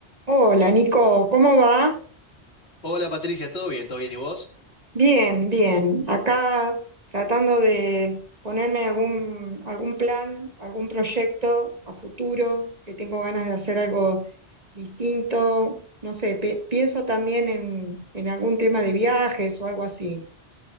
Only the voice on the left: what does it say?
Hola Patricia, ¿todo bien? ¿Todo bien? ¿Y vos?